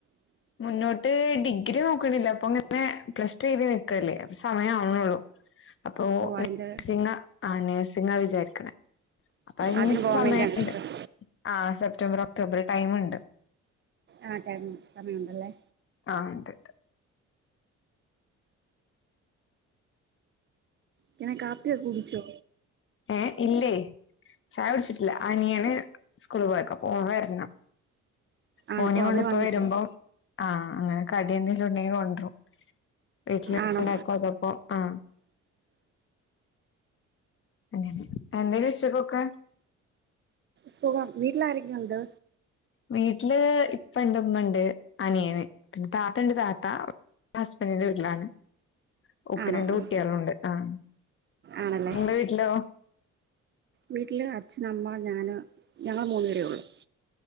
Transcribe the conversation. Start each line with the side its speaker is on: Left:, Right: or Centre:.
Left: മുന്നോട്ട് ഡിഗ്രി നോക്കണില്ല അപ്പൊ പിന്നെ പ്ലസ് ടു കഴിഞ്ഞ് നിൽക്കല്ലേ സമയം അവുന്നതോ ഉള്ളൂ. അപ്പൊ
Right: ഓ
Left: നഴ്സിംഗ്
Right: അതിൻ്റെ
Left: ആ നഴ്സിംഗ് വിചാരിക്കണേ അപ്പ അതി
Right: അതിന് പോകാൻ
Left: സമയണ്ട്
Right: വേണ്ടിയാണ് ഇഷ്ടം
Left: ആ സെപ്റ്റംബർ ഒക്ടോബർ ടൈമുണ്ട്
Right: ആ ടൈമുണ്ട് സമയമുണ്ട് അല്ലെ
Left: ആ ഉണ്ട്
Right: ഇങ്ങനെ കാപ്പിയൊക്കെ കുടിച്ചോ
Left: ഏ ഇല്ലേ ചയ കുടിച്ചിട്ടില്ല ആനിയന് സ്കൂള് പോയക്ക പോവ വരണം
Right: ആണോ
Left: മോനെ
Right: ഓ
Left: കൊണ്ട്
Right: അവര്
Left: ഇപ്പോ
Right: വന്നിട്ടും
Left: വരുമ്പം ആഹ അങ്ങനെ. കടിയ എന്തേങ്കിലും ഉണ്ടെങ്കി കൊണ്ടരും വീട്ടില്
Right: ആണോ
Left: ഉണ്ടാക്കോ അതപ്പോ ആ അങ്ങെ എന്തേലും വിക്ഷപോക്ക്
Right: സുഖം വീട്ടില ആരക്കേ ഉണ്ട്
Left: വീട്ടില് ഇപ്പ ഇണ്ട് ഇമ്മണ്ട് അനിയന് പിന്നെ താത്ത ഇണ്ട് താത്ത ഹസ്ബൻഡിന്റെ വീട്ടിലാണ് ഓൾക്ക്
Right: ആണോ
Left: രണ്ട് കുട്ട്യാള്ണ്ട്
Right: ഓ
Left: ആഹ്
Right: ആണല്ലേ
Left: നിങ്ങളെ വീട്ടിലോ
Right: വീട്ടില് അച്ഛനമ്മ ഞാന് ഞങ്ങള് മൂന്നുപേരേ ഉള്ളു